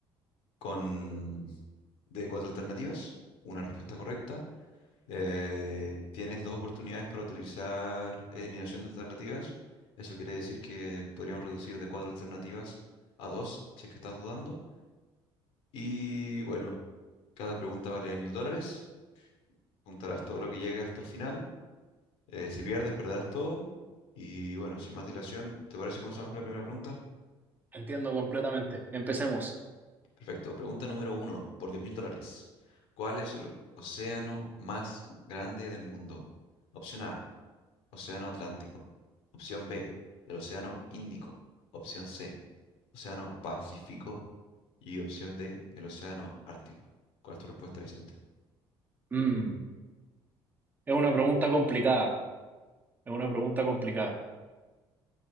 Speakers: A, on the left; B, on the right.
A: con de cuatro alternativas, una respuesta correcta Eh, tienes dos oportunidades para utilizar eliminación de alternativas. Eso quiere decir que podríamos reducir de cuatro alternativas a dos, si es que estás dudando. Y bueno, cada pregunta vale mil dólares. Juntarás todo lo que llegue hasta el final. Eh, si pierdes, perderás todo. Y bueno, sin más dilación, ¿te parece que comenzamos con la primera pregunta?
B: Entiendo completamente. Empecemos.
A: Perfecto. Pregunta número uno, por diez mil dólares. ¿Cuál es el océano más grande del mundo? Opción A, Océano Atlántico. Opción B, el Océano Índico. Opción C, Océano Pacífico. Y opción D, el Océano Ártico. ¿Cuál es tu respuesta, Vicente?
B: Mm, es una pregunta complicada. Es una pregunta complicada.